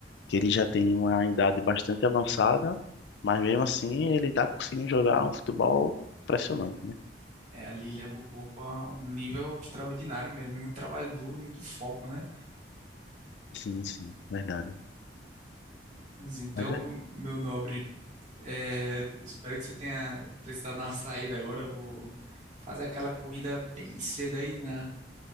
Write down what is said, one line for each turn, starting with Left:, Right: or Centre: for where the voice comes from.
Left: que ele já tem uma idade bastante avançada, mas mesmo assim ele está conseguindo jogar um futebol impressionante, né?
Right: É, ali leva o corpo a um nível extraordinário mesmo, muito trabalho duro, muito foco, né?
Left: Sim, sim, verdade.
Right: Mas então,
Left: Mas é-
Right: meu nobre, é, espero que você tenha precisado dar uma saída agora. Vou fazer aquela corrida bem cedo aí na,